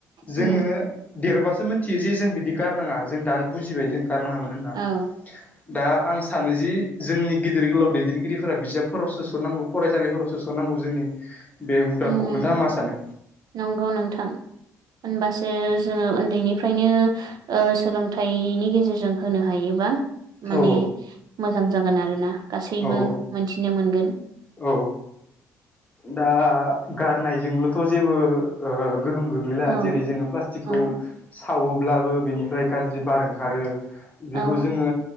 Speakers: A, on the left; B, on the right.
A: जोङो
B: उम
A: देरबासो मिथियो जे जों बिदि गारनाङा जों दा बुजिबाय जों गारना हामोन होनना
B: औ
A: दा आं सानो जि जोंनि गिदिर गोलाव दैदेनगिरिफोरा बिजाबफोरावसोस'नांगौ फरायसालिफोरावसो सनांगौ नि बे हुदाखौ
B: उम
A: नोंथाङा मा सानो
B: नंगौ नोंथां होनबासो जोङो उन्दैनिफ्रायनो सोलोंथाइनि गेजेरजों होनो हायोबा माने
A: औ
B: मोजां जागोन आरोना गासैबो
A: औ
B: मोनथिनो मोनगोन
A: औ दा गारनायजोंल'थ' जेबो गोहोम गोग्लैला
B: औ
A: जेरै जोङो प्लास्टिकखौ
B: औ
A: सावोब्लाबो बेनिफ्राय गाज्रि बार ओंखारो बेखौ
B: औ
A: जोङो